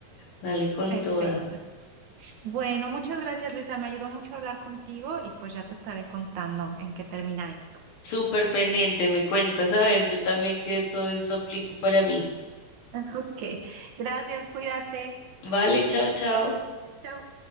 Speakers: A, on the left (about 80°); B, on the right (about 60°).
A: Dale con
B: Perfecto.
A: toda.
B: Bueno, muchas gracias, Luisa. Me ayudó mucho hablar contigo y pues ya te estaré contando en qué termina esto.
A: Súper pendiente, me cuentas, a ver, yo también que todo esto aplico para mí.
B: <laughs> Ok, gracias, cuídate.
A: Vale, chao, chao.
B: Chao.